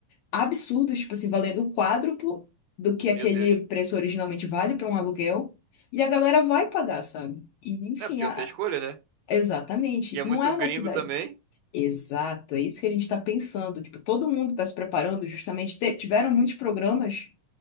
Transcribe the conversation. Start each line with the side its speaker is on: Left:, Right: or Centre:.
Left: absurdos, tipo assim, valendo o quádruplo do que aquele
Right: Meu Deus.
Left: preço originalmente vale para um aluguel, e a galera vai pagar, sabe? E enfim,
Right: É, porque
Left: a-
Right: não tem escolha, né?
Left: exatamente,
Right: E é muito
Left: não é uma
Right: gringo
Left: cidade.
Right: também.
Left: Exato, é isso que a gente está pensando. Tipo, todo mundo está se preparando, justamente te- tiveram muitos programas